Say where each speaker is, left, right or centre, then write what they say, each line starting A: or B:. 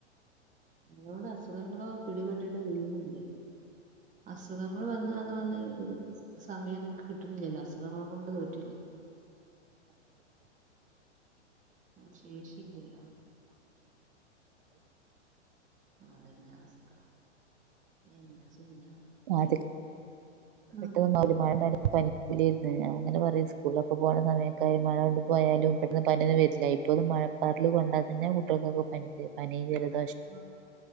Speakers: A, on the right (about 20°); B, on the right (about 50°).
A: അതോട് അസുഖങ്ങളോ പിടിപെട്ടിട്ട് വീ്യുന്നില്ലേ അസുഖങ്ങൾ വന്ന വന്ന് വന്ന ഒരു സമയം നമുക്ക് കിട്ടു കിട്ടുന്നില്ലല്ലോ അസുഖങ്ങള കൊണ്ട് തോറ്റില്ലേ ശേഷി ഇല്ല്യല്ലോ അതന്നെ അവസ്ഥ എന്താ ചെയ്യാ
B: വാചക്
A: ആഹ്
B: പെട്ടെന്ന് ഒന്നും ആവൂല മഴണ്ടായാലൊന്നും പനിക്കൂലേര്ന്ന് ഞാ അങ്ങനെ പറയും സ്കൂളിലക്കെ പോണ സമയക്കായി മഴ കൊണ്ട് പോയാലും പെട്ടെന്ന് പന്യൊന്നും വര്ല്ല ഇപ്പോന്നും മഴ പാറൽ കൊണ്ടാ തന്നെ കുട്യോൾക്കൊക്കെ പ പനി ജലദോ
A: ആ